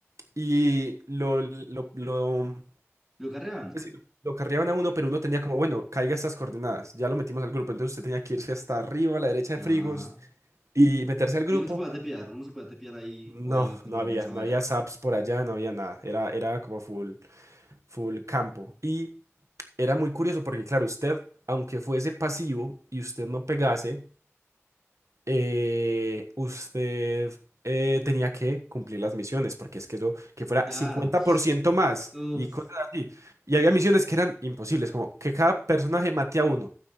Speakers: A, on the right; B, in the centre.
A: y lo, lo, lo,
B: ¿Lo carrean?
A: pues sí, lo- lo carreaban a uno, pero uno tenía como, bueno, caiga estas coordenadas, ya lo metimos al grupo, entonces usted tenía que irse hasta arriba, a la derecha de
B: Ajá,
A: Frigos,
B: ajá.
A: y meterse al grupo.
B: Y uno se podía tepear, uno se podía tepear ahí.
A: No,
B: Ay, no, pues
A: no
B: no
A: había,
B: alcanzaba
A: no había
B: ya.
A: saps por allá, no había nada, era, era como full, full campo. Y era muy curioso porque, claro, usted, aunque fuese pasivo y usted no pegase, eh, usted eh, tenía que cumplir las misiones, porque es que eso, que fuera
B: Claro.
A: 50% más
B: Uf,
A: y cosas así. Y había misiones que eran imposibles, como que cada personaje mate a uno.